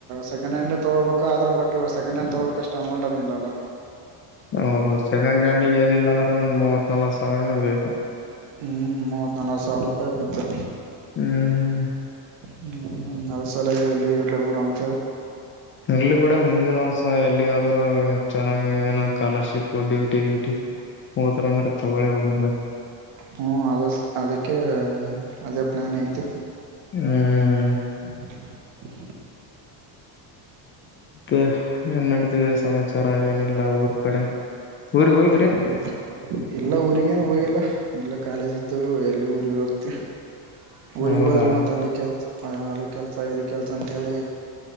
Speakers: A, on the right (about 65°); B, on the left (about 30°).
A: ಸೆಕೆಂಡ್ ಹ್ಯಾಂಡ್ ತಗೋಬೇಕು ಆದ್ರೆ ಬಟ್ ಇವಾಗ ಸೆಕೆಂಡ್ ಹ್ಯಾಂಡ್ ತಗೋಕ್ಷ್ಟ ಅಮೌಂಟ್ ಅಂದಿಲ್ಲಲ್ಲಾ
B: ಹೌದು ಸೆಕೆಂಡ್ ಹ್ಯಾಂಡ ಏನಿಲ್ಲ ಅಂದ್ರೆ ಒಂದ್ ಮೂವತ್ ನಲ್ಕಕ್ ಸಾವರನ ಬೇಕು
A: ಹ್ಮ್ ಮೂವತ್ ನಲ್ಕು ಸಾವಿರ ರೂಪಾಯಿ ಬತ್ತೆ
B: ಹ್ಮ್
A: ಹ್ಮ್ ಹ್ಮ್ ಅದ್ ಸಲ ಎಲ್ಲಿ ಎರಡುವಂತ
B: ಇಲ್ಲಿ ಕೂಡ ಮುಂದೆ ಒನ್ಸ ಇಲ್ಲಿಗ ಆದ್ರರು ಚೆನ್ನಾಗ ಏನ ಕಾಲರ್ಶಿಪ್ ಡ್ಯೂಟಿ ಗ್ಯೂಟಿ ಹೋದ್ರ ಅಂದ್ರೆ ತಗೊೊಳ್ಳಿ ಒಂದ
A: ಹ್ಮ ಅದ ಅದಕ್ಕೆ ಅದೇ ಪ್ಲಾನ್ ಐತಿ
B: ಹ್ಮ
A: ಹ
B: ಮತ್ತೆ ಏನ್ ನಡೀತಿದೆ ಸಮಾಚಾರ ಏನಿಲ್ಲ ಊರ್ ಕಡೆ ಊರಿಗೆ ಹೋಗ
A: ಅವ ಎಲ್ಲಾ ಊರಿಗೇನು ಹೋಗಲ್ಲ ಎಲ್ಲ ಕಾಲೇಜಿದ್ದು ಎಲ್ಲಿ ಊರಿಗೆ ಹೋಗ್ತೀವಿ ಊರಿಗೆಗ್
B: ಹೌದಾ
A: ಹೋದ್ರೆ ಮತ್ತತ್ ಅಲ್ಲಿ ಕೆಲ್ಸ ಅದು ಕೆಲ್ಸ ಕೆಲಸ ಅಂತೇಳಿ